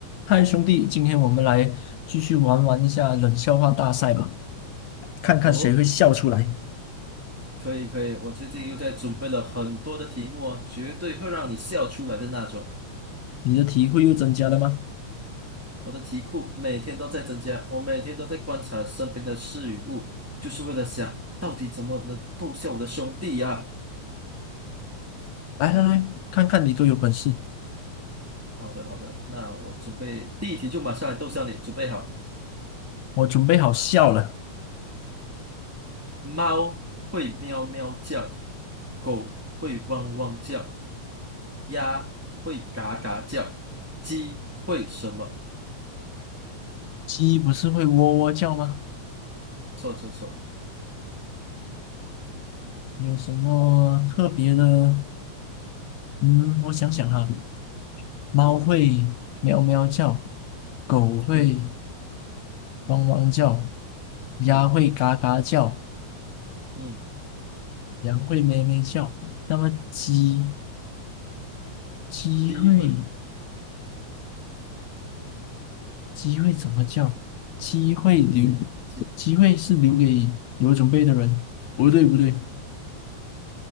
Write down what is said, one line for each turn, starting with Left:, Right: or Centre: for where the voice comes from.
Left: 嗨，兄弟，今天我们来继续玩玩一下冷笑话大赛吧，看看谁会笑出来。
Centre: 哦，可以可以，我最近又在准备了很多的题目啊，绝对会让你笑出来的那种。
Left: 你的体会又增加了吗？
Centre: 我的题库每天都在增加，我每天都在观察身边的事与物，就是为了想到底怎么能逗笑我的兄弟呀、
Left: 来来来，看看你多有本事！
Centre: 好的好的，那我准备第一题就马上来逗笑你，准备好。
Left: 我准备好笑了。
Centre: 猫会喵喵叫，狗会汪汪叫，鸭会嘎嘎叫，鸡会什么？
Left: 鸡不是会喔喔叫吗？
Centre: 错错错，
Left: 有什么特别的？嗯，我想想哈，猫会喵喵叫，狗会
Centre: 对
Left: 汪汪叫，鸭会嘎嘎叫，
Centre: 对，嗯，
Left: 羊会咩咩叫。那么鸡鸡会？
Centre: 鸡会。
Left: 机会怎么叫？机会留，
Centre: 一几
Left: 机会是留给有准备的人。不对，不对，